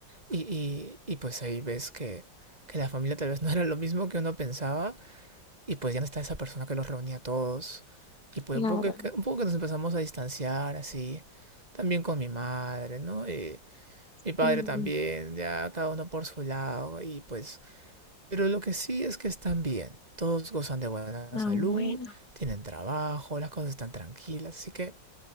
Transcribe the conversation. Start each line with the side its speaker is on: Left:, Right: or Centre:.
Right: y, y, y pues ahí ves que, que la familia tal vez no era lo mismo que uno pensaba y pues ya no está esa persona que los reunía a todos. Y pues
Left: claro.
Right: un poco, que- un poco que nos empezamos a distanciar así. También con mi madre, ¿no? Y mi padre
Left: sí.
Right: también, ya cada uno por su lado. Y pues... Pero lo que sí es que están bien. Todos gozan de buena
Left: Ah,
Right: salud,
Left: bueno.
Right: tienen trabajo, las cosas están tranquilas. Así que